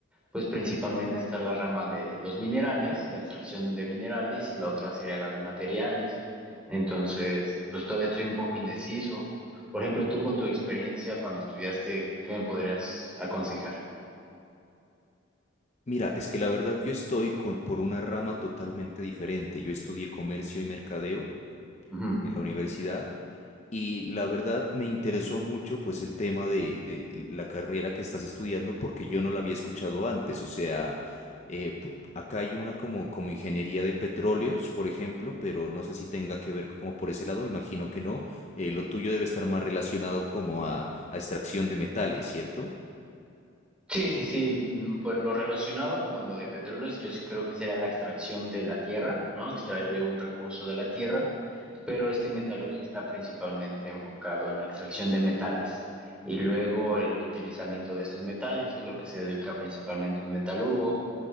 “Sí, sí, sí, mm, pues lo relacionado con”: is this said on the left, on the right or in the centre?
Centre